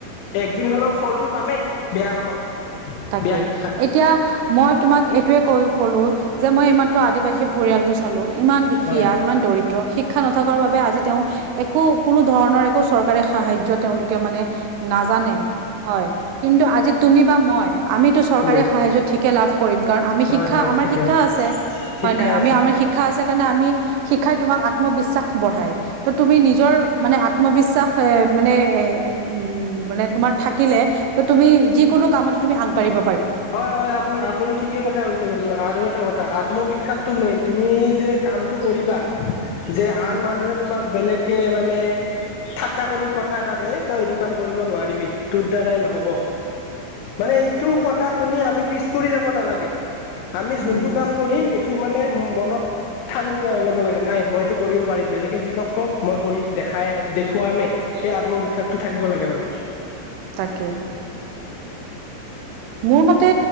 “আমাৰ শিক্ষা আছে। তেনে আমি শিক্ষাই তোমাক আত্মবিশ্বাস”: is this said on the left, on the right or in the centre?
Right